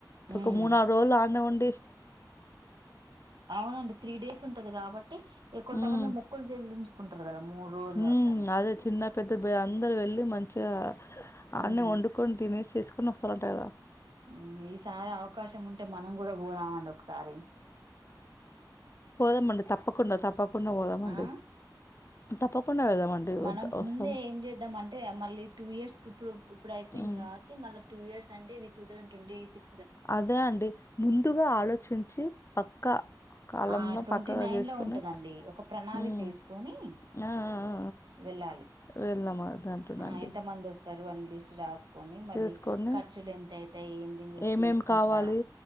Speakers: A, on the right (about 70°); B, on the left (about 35°).
A: ఉమ్
B: ఒక మూడు నలుగు రోజులు అన్నే ఉన్
A: అవునండి త్రీ డేస్ ఉంటది కాబట్టి ఇక కొంతమంది
B: ఉమ్,
A: మొక్కలు చెల్లించుకుంటారు కదా మూడు రోజులు
B: ఉమ్,
A: అట్లని
B: అదే చిన్న పెద్ద బే- అందరు వెళ్ళి మంచిగా ఆన్న
A: ఉమ్
B: వండుకొని తినేసి చేసుకుని వస్తారు అంట గాదా
A: ఉమ్ ఈసారి అవకాశం ఉంటే మనం కూడా పోదామండి ఒకసారి
B: పోదామండి తప్పకుండా తప్పకుండా పోదామండి
A: ఆ
B: తప్పకుండా వెళ్దామండి
A: మనం
B: వద్ద- వస్తాము
A: ముందే ఏం చేద్దామంటే మళ్ళీ టూ ఇయర్స్ కి ఇప్పుడు ఇప్పుడు అయిపోయింది
B: ఉమ్.
A: కాబట్టి మళ్ళ టూ ఇయర్స్ అంటే ఇది టూ తౌసంద్ ట్వంటీ సిక్
B: అదే అండి ముందుగా ఆలోచించి పక్కా కాలంలో
A: ఆ ట్వంటీ
B: పక్కగా
A: నైన్
B: చేసుకుని
A: లో ఉంటదండి ఒక ప్రణాళిక
B: ఉమ్
A: వేసుకుని
B: ఆ ఆ ఆ
A: వెళ్ళాలి
B: ఆ, వెళ్దాం అది అంటున్నాండి
A: ఆ ఎంత మంది వస్తారు అన్ లిస్ట్ కని మళ్ళీ
B: చేసుకొని
A: ఖర్చులు ఎంత అయితా ఏంది మీరు
B: ఏమేమి
A: చేసుకుంట్ర
B: కావాలి